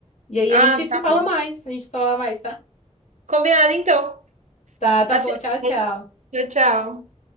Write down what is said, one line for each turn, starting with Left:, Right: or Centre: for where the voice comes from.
Left: E aí
Right: Ah,
Left: a gente se
Right: tá
Left: fala
Right: bom.
Left: mais, a gente se fala mais, tá?
Right: Combinado, então.
Left: Tá, tá
Right: Até
Left: bom. Tchau, tchau.
Right: mais. Tchau, tchau.